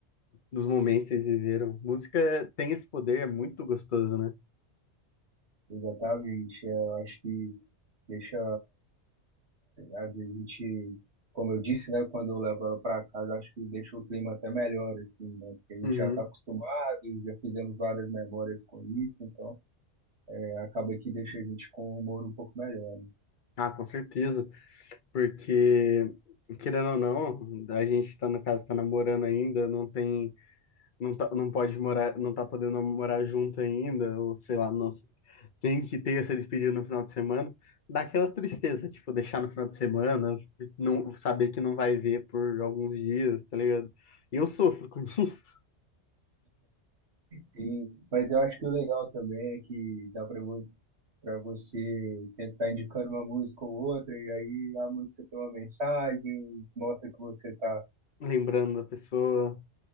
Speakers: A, on the left; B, on the right.
A: dos momentos que vocês viveram. Música é- tem esse poder, é muito gostoso, né?
B: Exatamente. é, Eu acho que deixa Às vezes a gente, como eu disse, né, quando eu levo ela para casa, acho que deixa o clima até melhor, assim, né? Porque a gente
A: Uhum.
B: já está acostumado, já fizemos várias memórias com isso, então é, acaba que deixa a gente com um humor um pouco melhor.
A: Ah, com certeza, porque querendo ou não, a gente tá no caso tá namorando ainda, não tem não tá, não pode morar, não tá podendo morar junto ainda, ou sei lá, não, Quem que tenha se despedido no final de semana, dá aquela tristeza, tipo, deixar no final de semana, não saber que não vai ver por alguns dias, tá ligado? E eu sofro com <laughs> isso,
B: Sim, mas eu acho que o legal também é que dá para para você tentar indicando uma música ou outra, e aí a música tem uma mensagem, mostra que você tá
A: lembrando da pessoa.